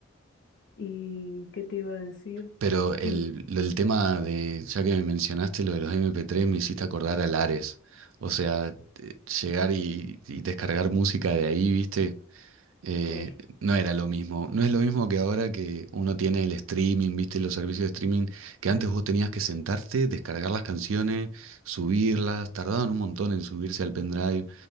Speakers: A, on the left; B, on the right.
A: ¿Y qué te iba a decir?
B: Pero el,
A: Y
B: lo- el tema de, ya que me mencionaste lo de los MP3, me hiciste acordar al Ares. O sea, te- llegar y, y descargar música de ahí, ¿viste? eh,
A: sí,
B: no era lo mismo. No es lo mismo que ahora que uno tiene el streaming, viste, los servicios de streaming, que antes vos tenías que sentarte, descargar las canciones, subirlas, tardaban un montón en subirse al pendrive.